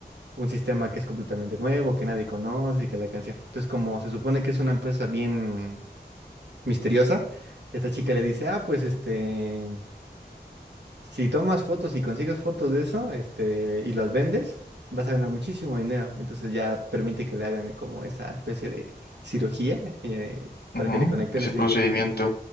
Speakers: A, on the right (about 80°); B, on the left (about 65°).
A: un sistema que es completamente nuevo, que nadie conoce y que la canción. Entonces como se supone que es una empresa bien misteriosa, esta chica le dice, ah, pues este, si tomas fotos y consigues fotos de eso, este, y las vendes, vas a ganar muchísimo dinero. Entonces ya permite que le hagan como esa especie de cirugía eh, para
B: Ujú,
A: que le conecten
B: Ese
A: ese
B: procedimiento.
A: dispositivo.